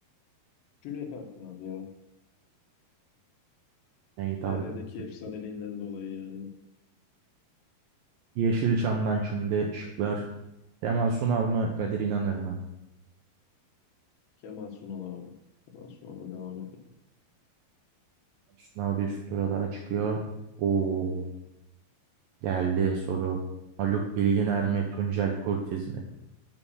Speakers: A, on the left; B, on the right.
A: Cüneyt Arkın abi ya.
B: Neyi Tarık'ın
A: TR'deki
B: seçtik.
A: efsaneliğinden dolayı yani
B: Yeşilçam'dan şimdi şıklar. Kemal Sunal mı Kadir İnanır mı?
A: Kemal Sunal abi. Kemal Sunal'la devam edelim.
B: Sunal bir üst tura daha çıkıyor. Oo geldi soru. Haluk Bilginer mi Tuncel Kurtiz mi?